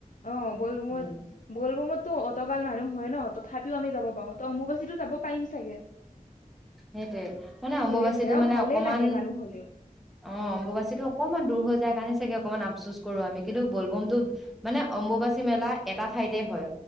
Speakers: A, on the left; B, in the centre.
A: অ', বলবমত',
B: উম।
A: -বলবমত', ত', অতবাৰ মানুহ হয় ন', তথাপিও আমি যাব পাৰো ত', অম্বুবাচীটো যাব পাৰিম চাগে।
B: সেইটোৱে মানে অম্ববচী
A: ভিৰে ভেৰাও
B: মানে
A: ভালে
B: অকমান
A: লাগে মানুহ হলেও
B: অ অম্বুবাচিতটো অকমান দূৰ হৈ যায় কাৰণে চাগে অকনমান আফচুচ কৰো আমি কিন্তু বলবমতো মানে অম্বুবাচী মেলা এটা ঠাইতে হয়